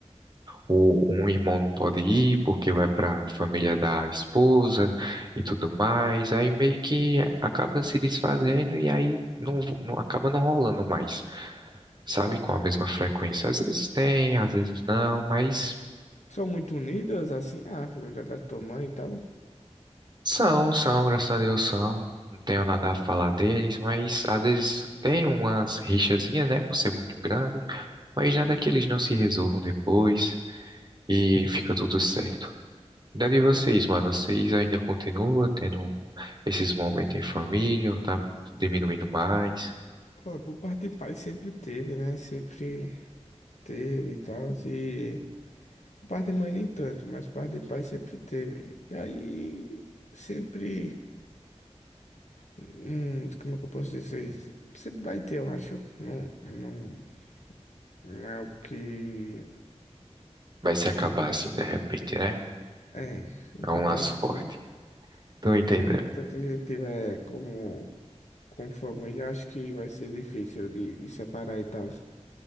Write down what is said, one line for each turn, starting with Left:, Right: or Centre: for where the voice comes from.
Right: o, um irmão não pode ir porque vai para a família da esposa e tudo mais. Aí meio que acaba se desfazendo e aí não, não acaba não rolando mais, sabe? Com a mesma frequência. Às vezes tem, às vezes não, mas
Left: São muito unidas, assim, a família da tua mãe e tal?
Right: são, são, graças a Deus são. Não tenho nada a falar deles, mas às vezes tem umas rixazinhas, né? Por ser muito grande, mas nada que eles não se resolvam depois. e fica tudo certo. E de vocês,
Left: Não.
Right: mano, vocês ainda continuam tendo esses momentos em família ou tá diminuindo mais?
Left: Pô, por parte de pai sempre teve, né? Sempre teve e tal, e... por Parte de mãe nem tanto, mas por parte de pai sempre teve. E aí, sempre... Hum, como é que eu posso dizer isso? Sempre vai ter, eu acho. Não, não, não é algo que
Right: Vai se acabar assim de repente, né?
Left: É, enquanto
Right: É um laço
Left: a gente,
Right: forte. Tô entendendo.
Left: enquanto a gente tiver como, como família, acho que vai ser difícil de, de separar e tal.